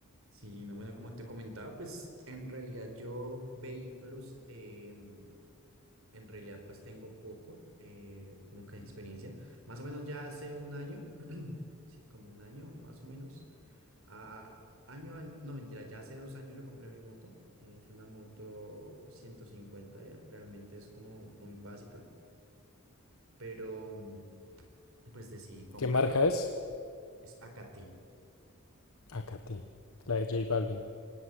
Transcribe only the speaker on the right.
Sí, no, bueno, como te comentaba, pues en realidad yo vehículos, em, en realidad pues tengo poco, eh, como que experiencia. Más o menos ya hace un año, <clears throat> sí, como un año más o menos, a, año, año, no mentira, ya hace dos años yo compré mi moto. Es una moto 150, eh, realmente es como muy básica, pero mm, pues decidí comprarla
porque
es AKT.